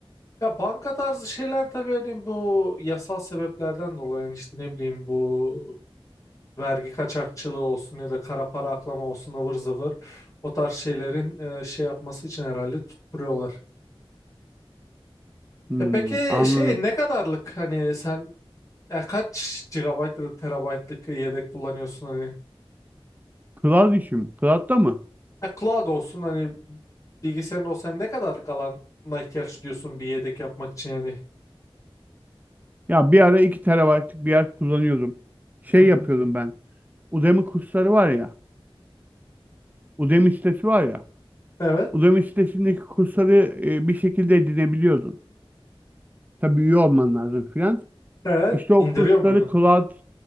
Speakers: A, on the left; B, on the right.
A: ya banka tarzı şeyler tabii hani bu yasal sebeplerden dolayı yani işte ne bileyim bu vergi kaçakçılığı olsun ya da kara para aklama olsun ıvır zıvır o tarz şeylerin e, şey yapması için herhalde tutturuyorlar.
B: Hmm,
A: E peki
B: anladım.
A: şey ne kadarlık hani sen e, kaç gigabayt ya da terabaytlık yedek kullanıyorsun hani?
B: Cloud işim. Cloud'da mı?
A: E, cloud olsun hani bilgisayarın olsa ne kadarlık alana ihtiyaç duyuyorsun bir yedek yapmak için yani?
B: Ya bir ara 2 terabaytlık bir yer kullanıyordum. Şey
A: <laughs>
B: yapıyordum ben. Udemy kursları var ya. Udemy sitesi var ya.
A: Evet,
B: Udemy sitesindeki kursları e, bir şekilde edinebiliyordun. Tabii üye olman lazım filan.
A: evet.
B: İşte o
A: İndiriyor
B: kursları
A: muydun?
B: cloud,